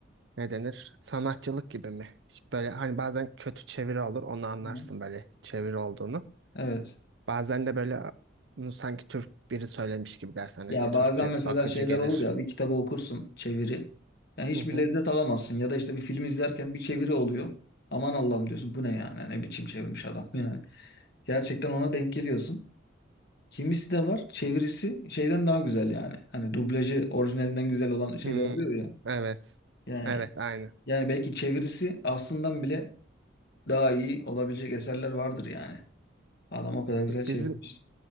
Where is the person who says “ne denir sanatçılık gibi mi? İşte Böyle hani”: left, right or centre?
Right